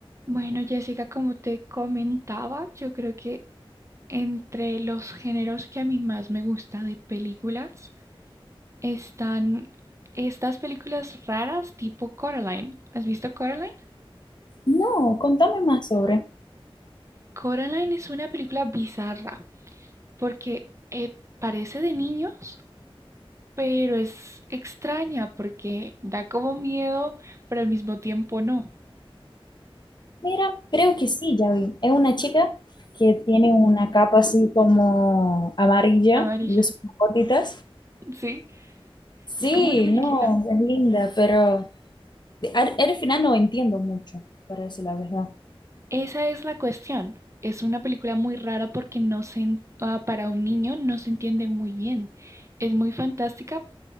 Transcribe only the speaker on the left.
No, contame más sobre.
Mira, creo que sí, ya vi. Es una chica que tiene una capa así como amarilla
y es como gotitas.
Sí,
no, es linda, pero al, al final no entiendo mucho, para decir la verdad.